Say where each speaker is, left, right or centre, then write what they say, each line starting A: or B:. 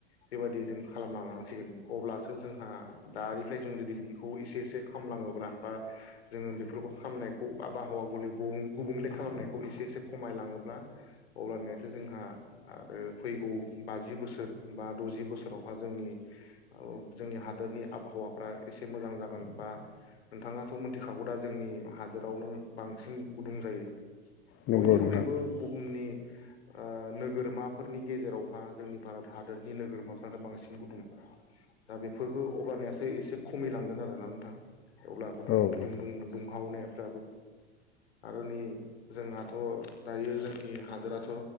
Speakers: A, on the left; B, on the left.
A: बेबादि जों खालामलांलां सिगोन। अब्लासो जोंहा दानिफ्राय जों जुदि बेखौ एसे एसे खालामलाङोब्ला बा जोङो बेफोरखौ खामनायखौ आबहावा गले गुबुंले खालामनायखौ एसे एसे खमायलाङोब्ला अब्लानियासो जोंहा आरो फैगौ बाजि बोसोर बा द'जि बोसोरावहा जोंनि औ जोंनि हादोरनि आबहावाफ्रा एसे मोजां जागोन बा नोंथाङाथ' मिथिखागौ दा जोंनि हादोरावनो बांसिन गुदुं जायो।
B: नंगौ
A: बयनिख्रुइबो
B: नोंथां
A: बुहुमनि ओ नोगोरमाफोरनि गेजेरावहा जोंनि भारत हादरनि नोगोरमाफोरानो बांसिन गुदुं। दा बेफोरखौ अब्लानियासो एसे खमिलांगोन आरोना नोंथां। अब्ला गुदुं
B: औ
A: बिदुं
B: नोंथां
A: दुं-दुंहावनो दाबो आरो नै जोंहाथ' दायो जोंनि हादोराथ'